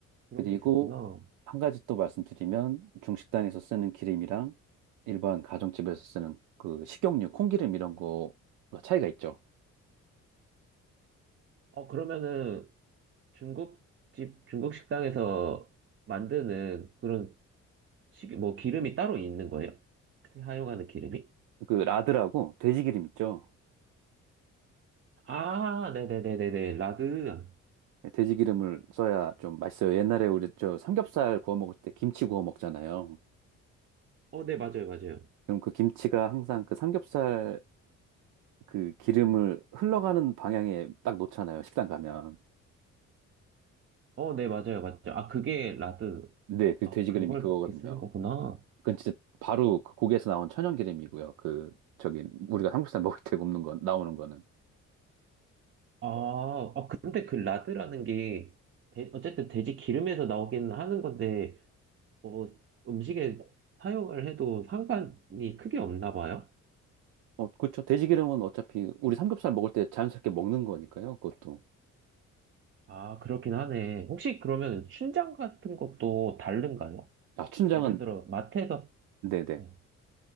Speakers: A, on the right (about 40°); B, on the right (about 90°).
A: 그런
B: 그리고
A: 게 있었구나.
B: 한 가지 또 말씀드리면 중식당에서 쓰는 기름이랑 일반 가정집에서 쓰는 그 식용유, 콩기름 이런 거가 차이가 있죠.
A: 어, 그러면은 중국집, 중국 식당에서 만드는 그런 식, 뭐 기름이 따로 있는 거예요? 그 사용하는 기름이?
B: 그 라드라고 돼지기름 있죠.
A: 아, 네네네네네. 라드.
B: 네, 돼지기름을 써야 좀 맛있어요. 옛날에 우리 저 삼겹살 구워 먹을 때 김치 구워 먹잖아요.
A: 어, 네, 맞아요, 맞아요.
B: 그럼 그 김치가 항상 그 삼겹살 그 기름을 흘러가는 방향에 딱 놓잖아요. 식당 가면.
A: 어, 네, 맞아요, 맞아요. 아, 그게 라드.
B: 네, 그
A: 아,
B: 돼지기름이
A: 그걸
B: 그거거든요.
A: 그렇게 쓰는 거구나.
B: 그건 진짜 바로 그 고기에서 나온 천연기름이고요. 그 저기 우리가 삼겹살 먹을 때 굽는 건 나오는 거는.
A: 아, 아, 근데 그 라드라는 게, 돼- 어쨌든 돼지 기름에서 나오긴 하는 건데, 어, 음식에 사용을 해도 상관이 크게 없나 봐요?
B: 어, 그렇죠. 돼지기름은 어차피 우리 삼겹살 먹을 때 자연스럽게 먹는 거니까요. 그것도.
A: 아, 그렇긴 하네. 혹시 그러면 춘장 같은 것도 다른가요?
B: 아, 춘장은
A: 예를 들어, 마트에서,
B: 네네.
A: 네.